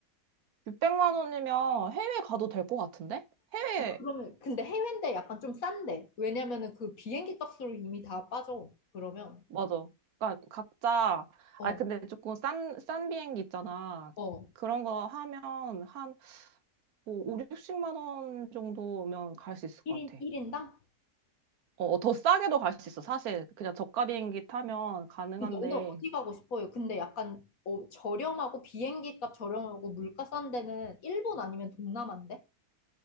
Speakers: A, on the right; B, on the left.
A: 600만 원이면 해외 가도 될 것 같은데? 해외
B: 어, 그러면 근데 해외인데 약간 좀 싼데. 왜냐면은 그 비행기 값으로 이미 다 빠져. 그러면
A: 맞아. 그러니까 각자
B: 어,
A: 아 근데 조금 싼 싼 비행기 있잖아.
B: 어.
A: 그런 거 하면 한뭐 5, 60만 원 정도면 갈 수 있을
B: 일인
A: 것 같아.
B: 1인당?
A: 어, 어, 더 싸게도 갈 수 있어. 사실 그냥 저가 비행기 타면 가능한데.
B: 너는 어디 가고 싶어요? 근데 약간 어, 저렴하고 비행기 값 저렴하고 물가 싼 데는 일본 아니면 동남아인데?